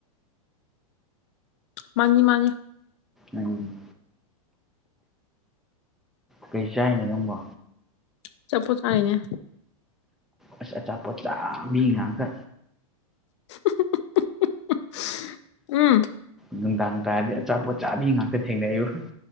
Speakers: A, on the left; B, in the centre.
A: ꯃꯥꯅꯤ ꯃꯥꯅꯤ
B: ꯎꯝ ꯀꯩ ꯆꯥꯏꯅꯣ ꯅꯪꯕꯣ
A: ꯑꯆꯥꯄꯣꯠ ꯆꯥꯏꯅꯦ
B: ꯑꯁ ꯑꯆꯥꯄꯣꯠ ꯆꯥ ꯃꯤ ꯉꯥꯛꯇ
A: <unintelligible> ꯎꯝ
B: ꯅꯨꯡꯗꯥꯡ ꯇꯥꯔꯗꯤ ꯑꯆꯥꯄꯣꯠꯆꯥꯕꯤ ꯉꯥꯛꯇ ꯊꯦꯡꯅꯩꯕ